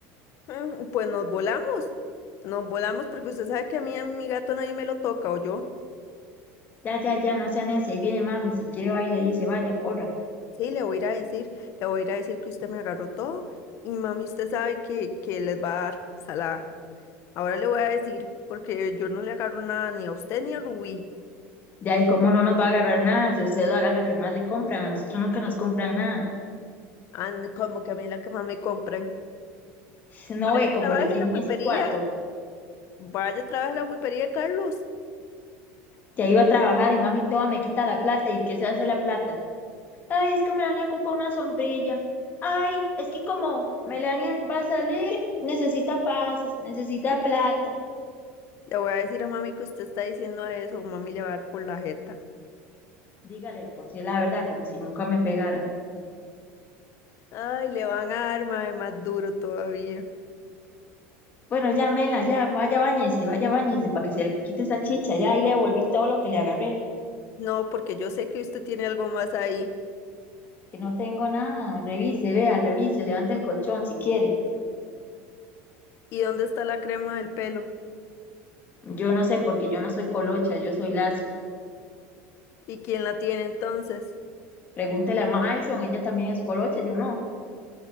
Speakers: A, on the left; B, on the left.
A: Mm, Pues nos volamos, nos volamos porque usted sabe que a mí, a mi gato nadie me lo toca, ¿o yo?
B: Ya, ya, ya, no sean ese. Ahí viene mami. Si quiere, va y le dice, vaya, corra.
A: Sí, le voy a ir a decir, le voy a ir a decir que usted me agarró todo y mami, usted sabe que, que les va a dar salada. Ahora le voy a decir, porque yo no le agarro nada ni a usted ni a Rubí,
B: Ya, y cómo no nos va a agarrar nada. Si usted haga la que más le compran, a nosotros nunca nos compran nada.
A: Ande, como que a mí es la que más me compran.
B: no
A: Vaya,
B: ve cómo
A: trabaje
B: le tienen
A: en la pulpería,
B: ese cuarto.
A: vaya, trabaje en la pulpería, Carlos.
B: Ya iba a trabajar y mami toda me quita la plata. ¿Y qué se hace la plata? Ay, es que Melania ocupa una sombrilla. Ay, es que como Melania va a salir, necesita pases, necesita plata.
A: Le voy a decir a mami que usted está diciendo eso, mami le va a dar por la jeta.
B: Dígale, por si es la verdad, como si nunca me pegara.
A: Ay, le van a dar mae, más duro todavía.
B: Bueno, ya, Mela, ya, vaya bañese, vaya bañese, para que se le quite esa chicha, ya, ahí le devolví todo lo que le agarré,
A: No, porque yo sé que usted tiene algo más ahí.
B: que no tengo nada, revise, vea, revise, levante el colchón si quiere.
A: ¿Y dónde está la crema del pelo?
B: Yo no sé, porque yo no soy colocha, yo soy lacia.
A: ¿Y quién la tiene entonces?
B: Pregúntele a Maison, ella también es colocha, yo no.